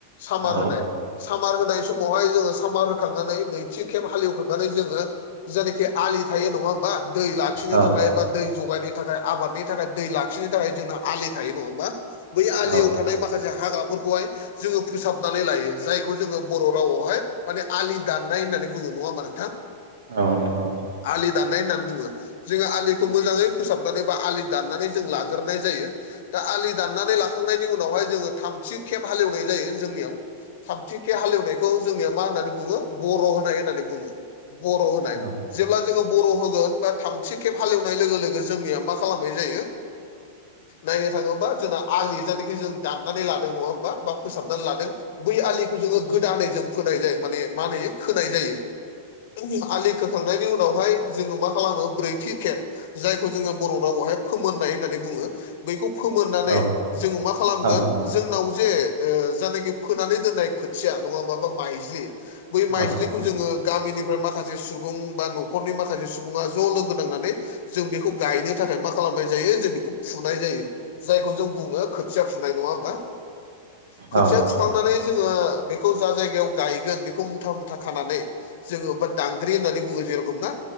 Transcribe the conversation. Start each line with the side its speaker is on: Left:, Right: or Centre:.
Left: सामार
Right: औ
Left: होनाय सामार होनाय समावहाय जोङो सामार होखांनानै नैथि खेब हालेवखांनानै जोङो जायनाखि आलि थायो नङा होमबा दै लाखिनो
Right: औ
Left: थाखाय एबा दै जगायनो थाखाय आबादनि थाखाय दै लाखिनो थाखाय जोंना आलि थायो नङा होमा बै आलियाव
Right: औ
Left: थानाय माखासे हाग्राफोरखौहाय जोङो फोसाबनानै लायो जायखौ जोङो बर रावावहाय माने आलि दाननाय होननानै बुङो नङा होमबा नोंथां
Right: औ नोंथां
Left: आलि दाननाय होननानै बुङो जोङो आलिखौ मोजाङै फोसाबनानै बा आलि दाननानै जों लाग्रोनाय जायो दा आलि दाननानै लाखांनायनि उनावहाय जोङो थामथि खेब हालेवनाय जायो जोंनियाव थामथिखे हालेवनायखौ जोंनिया मा होननानै बुङो बर होनाय होननानै बुङो बर होनाय
Right: औ
Left: जेब्ला जोङो बर होगोन बा थामथि खेब हालेवनाय लोगो लोगो जोंनिया मा खालामनाय जायो नायनो थाङोबा जोंना आलि जायनाखि जों दाननानै लादों नङा होमबा बा फोसाबनानै लादों बै आलिखौ जोङो गोदानै जों फोनाय जायो माने मा होनो खोनाय जायो जों आलि थांनायनि उनावहाय जोङो मा खालामो ब्रैथि खेब जायखौ जोङो बर रावावहाय फोमोननाय होननानै बुङो बैखौ फोमोननानै
Right: औ
Left: जोङो मा खालामगोन
Right: औ नोंथां
Left: जोंनाव जे ओ जानोखि फोनानै दोननाय खोथिया नङा होमबा बा माइज्लि बै माइज्लिखौ
Right: औ नोंथां
Left: जोङो गामिनिफ्राय माखासे सुबुं बा नखरनि माखासे सुबुङा ज लोगो नांनानै जों बेखौ गायनो थाखाय मा खालामनाय जायो जों बेखौ फुनाय जायो जायखौ जों बुंङो खोथिया फुनाय नंङा होमबा खोथिया
Right: औ नोंथां
Left: फुखांनानै जोंङो बेखौ जा जायगायाव गायगोन बेखौ मुथा मुथा खानानै जोंङो बा दांग्रि होननानै बुंङो जेरेखमनाा